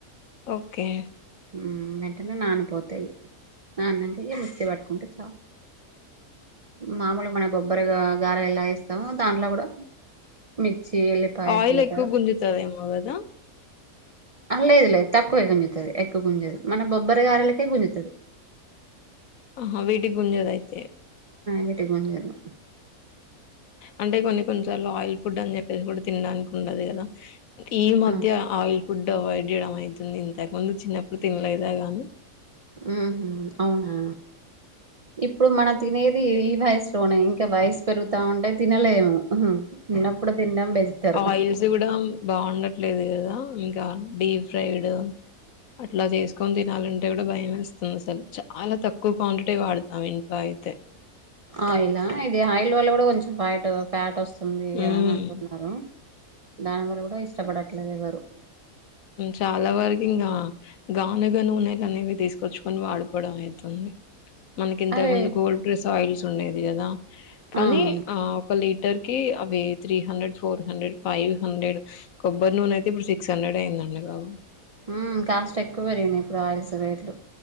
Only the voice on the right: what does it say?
ఉమ్ వెంటనే నానిపోతాయి ఆ అన్నంకియే మిక్సి పట్టుకుంటే చాలు మామూలుగా మన బొబ్బరిగా గారె ఎలా ఏస్తామో దాంట్లో కూడా మిర్చి ఎల్లిపాయ
జీలకర్ర
ఆ లేదు లేదు తక్కువే గుంజుతది ఎక్కువ గుంజదు మన బొబ్బరు గారెలకే గుంజుతది
వీటికి గుంజదు ఆ
ఆ
ఊహూ అవునా ఇప్పుడు మనం తినేది ఈ వయసులోనే ఇంకా వయసు పెరుగుతా ఉంటే తినలేము తిన్నప్పుడు తినడం బెటర్
ఆయిలా ఇది ఆయిల్ వల్ల కూడా కొంచెం ఫ్యాట్ ఫ్యాట్ వస్తుం వస్తుందియా
అని అంటున్నారు దాని వల్ల కూడా ఇష్టపడట్లేదు ఎవరు
అదే
అవును
హ్మ్ కాస్ట్ ఎక్కువ పెరిగినయ్ ఇప్పుడు ఆయిల్స్ రేట్లు